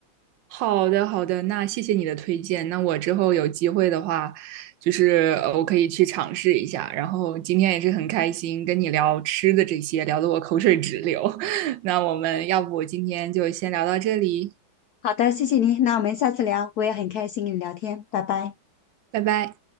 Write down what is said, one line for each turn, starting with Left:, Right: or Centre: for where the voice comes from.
Right: 好的，好的，那谢谢你的推荐。那我之后有机会的话，就是呃，我可以去尝试一下。然后今天也是很开心跟你聊吃的这些，聊得我口水直流。<laughs> 那我们要不今天就先聊到这里，
Left: 好的，谢谢您，那我们下次聊，我也很开心跟你聊天，拜拜。
Right: 拜拜。